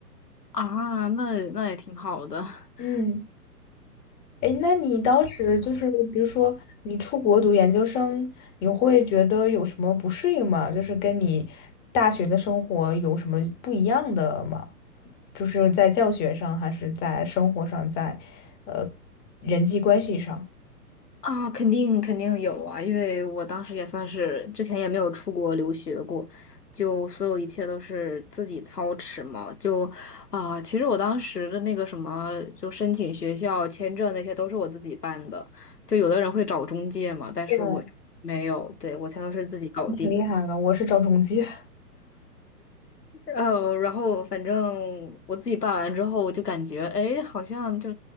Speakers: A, on the left; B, on the left.
A: 啊，那那也挺好的。<laughs>
B: 嗯，哎，那你当时就是，比如说你出国读研究生，你会觉得有什么不适应吗？就是跟你大学的生活有什么不一样的吗？就是在教学上，还是在生活上，在呃人际关系上？
A: 啊，肯定肯定有啊，因为我当时也算是之前也没有出国留学过，就所有一切都是自己操持嘛。就啊，其实我当时的那个什么，就申请学校、签证那些都是我自己办的。就有的人会找中介嘛，但是我没有，
B: 对
A: 对，我全都是自己搞定。
B: 挺厉害的，我是找中介。
A: 呃，然后反正我自己办完之后，我就感觉，哎，好像就